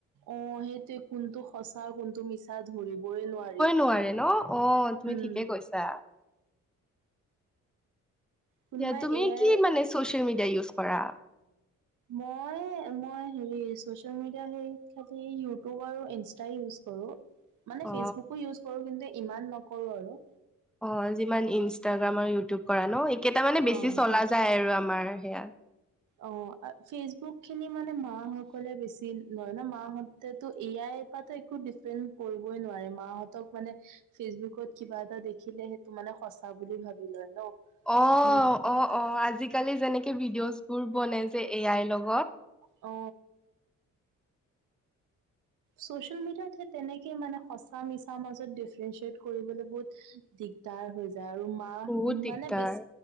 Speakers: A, on the right (about 80°); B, in the centre.
A: অ সেইটোৱেই কোনটো সঁচা। কোনটো মিছা ধৰিবই নোৱাৰি
B: নোৱাৰে ন অ তুমি
A: উম।
B: ঠিকে কৈছা
A: কোনোবাই
B: এয়া তুমি
A: এ
B: কি
A: আই
B: মানে চ'চিয়েল মিডিয়া ইউজ কৰা।
A: মই মই হেৰি চচিয়েল মিডিয়া সেই ক্ষেত্ৰত ইউটিউব আৰু ইনষ্টাগ্ৰাম ইউজ কৰোঁ। <unintelligible> মানে
B: অ
A: ফেচবুকো ইউজ কৰোঁ কিন্তু ইমান নকৰোঁ আৰু।
B: অ যিমান ইনষ্টাগ্ৰাম আৰু ইউটিউব কৰা ন। কেইটা মানে বেছি
A: অ'।
B: চলা যায় আৰু আমাৰ সেয়া।
A: অ ফেচবুক খিনি মানে মা সকলে বেছি লয় ন। <unintelligible> মা হঁতেতো এ আই পৰা একো ডিফেণ্ড কৰিবই নোৱাৰে মাহঁতক মানে ফেচবুকত। <unintelligible> কিবা এটা দেখিলে সেইটো মানে সঁচা বুলি ভাবি লয় ন।
B: অ
A: নি
B: অ অ আজিকালি যেনেকে ভিডিঅ'জ বোৰ বনে যে এ আইৰ লগত।
A: অ। ছ'চিয়েল মিডিয়া সেই তেনেকে। মানে সঁচা মিছা মাজত ডিফাৰেঞ্চিয়েট কৰিবলৈ বহুত দিগদাৰ হৈছে। <unintelligible> আৰু মা‌
B: বহুত
A: উম
B: দিগদাৰ
A: মানে বেছি